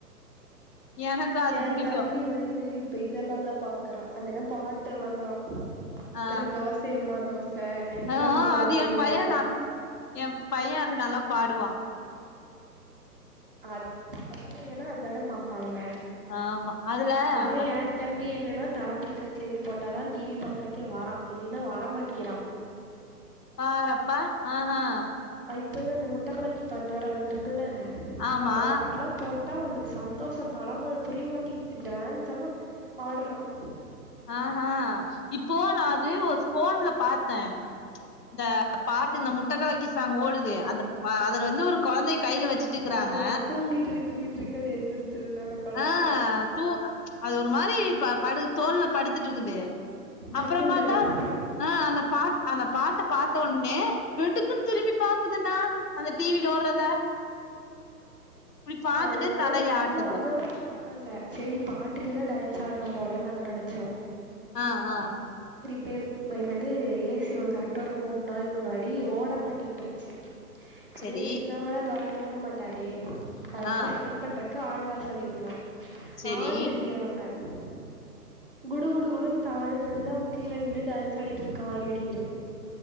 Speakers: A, on the left (about 70°); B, on the right (about 35°).
A: எனக்கு அது
B: என்
A: புடிக்கு
B: தம்பி வந்து இப்ப இதெல்லாம் தான் பாக்குறான் அதென பாட்டுல்லா தான்
A: ஆ
B: தன்ன தோசையம்மா தோசை நிலா
A: ஆ ஆ
B: நிலா
A: அது
B: ஓடிவா
A: என் பைய நல் எ பைய அது நல்லா பாடுவா
B: ஆ அது கெழந்தைங்கன்னா அதானே பாப்பாங்க
A: ஆம்மா அதுல
B: ஆனா
A: அத்
B: எ தம்பி என்னன்னா தளபதி கச்சேரி போட்டாதான் டிவி பாக்குறக்கே வரான் இல்லலைன்னா வரமாட்டேங்கிறா
A: பாறப்பா ஆஹ்ஹ்
B: இப்போதான் அந்த முட்டை கலக்கி பாட்டு வேர வந்திருக்குல்ல
A: ஆமா
B: அந்த பாட்டுல்லாம் போட் அதான் அவனுக்கு சந்தோஷம் தலைகல் புரியமாட்டிங்குது டான்ஸ் எல்லாம் ஆடுறான்
A: ஆஹஹ் இப்போ நான் அது ஒரு போன்ல பாத்தேன் இந்த பாட்டு இந்த முட்டை கலக்கி சாங் ஓடுது அந்த அதுல வந்து ஒரு குழந்தைய கையில வச்சுட்டு இருக்கிறாங்க
B: ஆ தூங்கிட்டு இருக்கு தூங்கிட்டு இருக்கு அது எழுந்திரிச்சிருந்தான குழந்த
A: ஆஹ் தூ அது ஒரு மாதிரி ப படு தோல்ல படுத்துட்டு இருக்குது அப்புற
B: டக்குன்னு
A: பாத்தா
B: டான்ஸ்
A: ஆஹ் அந்த பா அந்த பாட்ட பாத்த ஒனே வெடுக்குன்னு திரும்பி ப் பாக்குதுண்ணா அந்த டிவில ஓடுறத இப்டி பாத்துட்டு
B: அவனுக்கு
A: தலைய
B: அது
A: ஆட்டுது
B: அதாவது பத் ஆ அதலாஇல சரி பாட்டுக்குதான் டயன்ஸ் ஆடுற போலன்னு நாங்க நெனச்சோம்
A: ஆஹ் ஆஹ்
B: பேர் என்னது ஏசி ஒரு கரெக்டா ஒரு மூணு நாள் முன்னாடி ஓட மாட்டேன்ருச்சு
A: செரி
B: ஏஸ்ஸி இல்லாமலாதெரத் தூங்க மாட்டாரே அதனால்லா
A: ஆ
B: சரி பண்ற க்காஆழ்வர் சொல்லிருந்தா
A: செரி
B: ஆனி அடிக்கிறாங்க <inaudible> குடு குடு குடுன்னு தாழ்ந்து வந்து அவன் கீழே நின்று டான்ஸ் ஆடிட்டு இருக்கான்னு இடிக்க இருக்கு